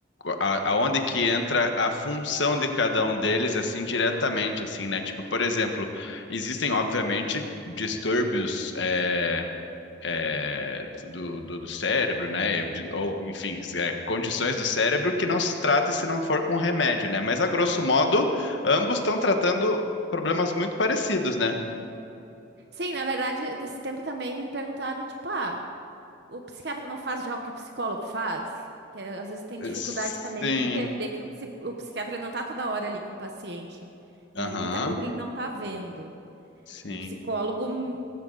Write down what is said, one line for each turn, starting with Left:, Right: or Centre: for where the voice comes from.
Left: a- aonde que entra a função de cada um deles, assim, diretamente, assim, né? Tipo, por exemplo, existem, obviamente, distúrbios. é, é, do, do, do cérebro, né? De- Ou, enfim, é, condições do cérebro que não se trata se não for com remédio, né? Mas, a grosso modo, ambos estão tratando problemas muito parecidos, né?
Right: Sim, na verdade, esse tempo também me perguntaram, tipo, ah, o psiquiatra não faz já o que o psicólogo faz? Que é, às vezes tem
Left: É,
Right: dificuldade
Left: Sim.
Right: também de entender que o, psi- o psiquiatra ele não tá toda hora ali com o paciente. Então,
Left: Aham.
Right: ele, muita coisa ele não tá vendo.
Left: Sim.
Right: E o psicólogo, hum,